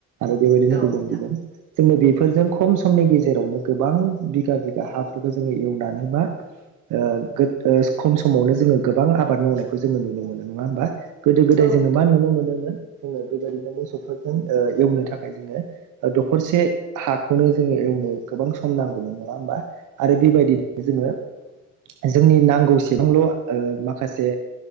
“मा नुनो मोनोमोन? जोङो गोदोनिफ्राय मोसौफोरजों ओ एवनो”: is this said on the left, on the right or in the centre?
Right